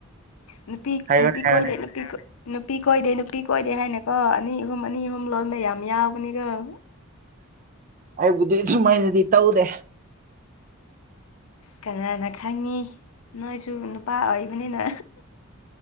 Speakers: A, on the left (about 80°); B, on the right (about 40°).
A: ꯅꯨꯄꯤ
B: ꯍꯥꯏꯕꯅꯤ
A: ꯅꯨꯄꯤ
B: ꯍꯥꯏꯕꯅꯤ
A: ꯀꯣꯏꯗꯦ <unintelligible> ꯅꯨꯄꯤ ꯀ‌ꯣꯏ ꯅꯨꯄꯤ ꯀꯣꯏꯗꯦ ꯅꯨꯄꯤ ꯀꯣꯏꯗꯦ ꯍꯥꯏꯅꯀꯣ ꯑꯅꯤ ꯑꯍꯨꯝ ꯑꯅꯤ ꯑꯍꯨꯝ ꯂꯣꯟꯕ ꯌꯥꯝ ꯌꯥꯎꯕꯅꯤꯀ‌ꯣ
B: ꯑꯩꯕꯨꯗꯤ ꯁꯨꯃꯥꯏꯅꯗꯤ ꯇꯧꯗꯦ
A: ꯀꯅꯥꯅ ꯈꯪꯉꯤ ꯅꯣꯏꯁꯨ ꯅꯨꯄꯥ ꯑꯣꯏꯕꯅꯤꯅ